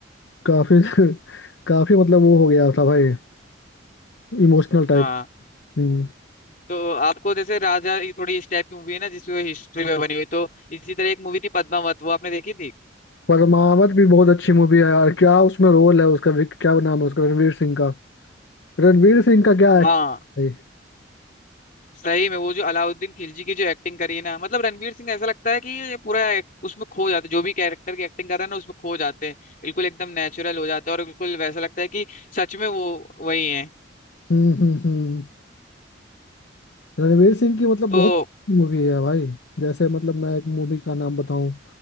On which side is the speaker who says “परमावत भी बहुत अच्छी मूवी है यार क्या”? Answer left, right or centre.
Left